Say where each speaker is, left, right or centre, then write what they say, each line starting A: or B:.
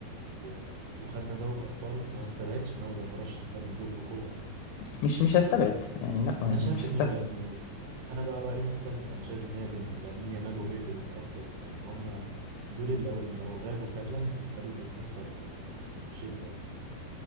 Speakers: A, on the right (about 65°); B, on the left (about 80°).
A: و- وخدنا دوري الابطال فما تستبعدش ان هو يبقى مرشح بالون دور بقوه
B: مش مش هستبعد يعني لا يعني
A: انا شايف
B: مش
A: انه
B: هستبعد
A: يعني انا بقى رايي مختلف انا شايف ان هي بين لامين يامال وبدري اكتر لان هما دول اللي لو لو غابوا فعلا الفريق بيتاثر بشده